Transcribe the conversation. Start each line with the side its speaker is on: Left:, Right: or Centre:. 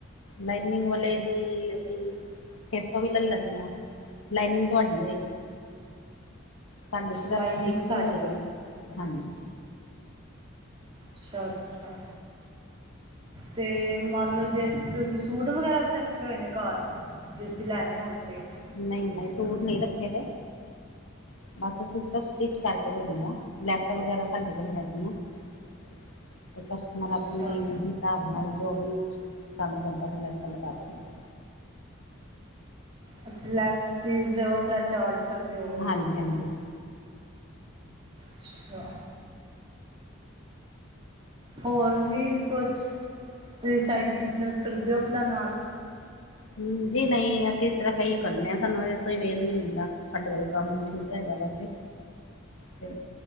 Left: ਲਾਈਨਿੰਗ ਵਾਲੇ ਦੀ ਅਸੀਂ ਛੇ ਸੌ ਵੀ ਲੈ ਲੈਂਨੇ ਆ। ਲਾਈਨਿੰਗ ਤੁਹਾਡੀ ਹੋਏਗੀ ਸਾਡੀੇ ਸਿਰਫ
Right: ਲਾਈਨਿੰਗ
Left: ਸਟਿਚਿੰਗ
Right: ਸਾਡੀ
Left: ਹੋਏਗਾ। ਹਾਂਜੀ।
Right: ਅੱਛਾ-ਅੱਛਾ। ਤੇ ਮੰਨ ਲਓ ਜੇ ਤੁਸੀਂ ਸੂਟ ਵਗੈਰਾ ਵੀ ਰੱਖੇ ਹੋਏ ਨੇ ਘਰ? ਜੇ ਅਸੀ ਲੈਨੇ ਹੋਨ ਤੇ?
Left: ਨਹੀਂ-ਨਹੀਂ ਸੂਟ ਨਹੀਂ ਰੱਖੇ ਦੇ। ਬਸ ਅਸੀਂ ਸਿਰਫ ਸਟਿਚ ਕਰਕੇ ਦਿੰਦੇ ਹਾਂ ਲੈਸਾਂ ਵਗੈਰਾ ਸਾਡੇ ਕੋਲ ਹੈਗੀਆ। <unintelligible>
Right: ਅੱਛਾ
Left: ਨਾਲ ਆਪਣੇ ਹਿਸਾਬ ਨਾਲ ਜੋ ਵੀ ਪਸੰਦ ਕਰਦਾ ਤਾ ਲੈਸਾਂ ਲਗਾ ਦਿੰਨੇ ਆ।
Right: ਅੱਛਾ ਲੈਸਸੀਜ ਵੱਖਰਾ ਚਾਰਜ ਕਰਦੇ ਹੋਵਗੇ
Left: ਹਾਂਜੀ
Right: ਤੁਸੀਂ।
Left: ਹਾਂਜੀ
Right: ਅੱਛਾ। ਹੋਰ ਵੀ ਕੁਛ ਤੁਸੀਂ ਸਾਈਡ ਬਿਜ਼ਨਸ ਕਰਦੇ ਹੋ ਆਪਣਾ ਨਾਲ।
Left: ਹੁ ਜੀ ਨਹੀਂ ਅਸੀਂ ਸਿਰਫ਼ ਆਹੀ ਕਰਨੇ ਹਾਂ ਸਾਨੂੰ ਇਹਦੇ ਤੋਂਈ ਵੇਲ ਨੀ ਮਿਲਦਾ। ਸਾਡੇ ਵਲ ਕੰਮ ਠੀਕ ਹੈਗਾ ਵੈਸੇ। ਤੇ